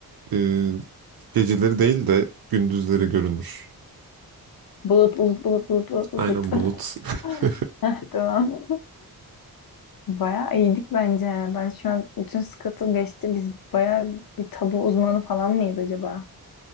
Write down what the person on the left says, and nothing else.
Bulut bulut bulut bulut bulut bulut.
bulut.
<laughs> Heh, Tamam. Bayağı iyiydik bence. yani. Ben şu an bütün sıkıntım geçti. Biz bayağı bir tabu uzmanı falan mıyız acaba?